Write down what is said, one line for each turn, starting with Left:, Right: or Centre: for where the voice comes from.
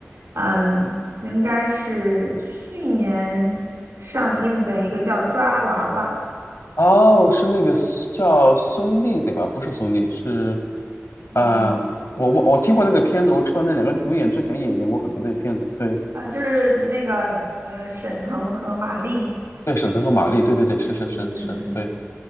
Right: 嗯，应该是去年上映的一个叫《抓娃娃》，
Left: 哦，是那个 s- 叫孙俪对吧？不是孙俪，是
Right: 嗯，
Left: 呃，我我我听过那个片子，我知道那两个主演之前也演过很多的片子，对
Right: 呃，就是那个呃沈腾和马丽，
Left: 对，沈腾和马丽，对对对，是是是是，
Right: 嗯嗯嗯。
Left: 对，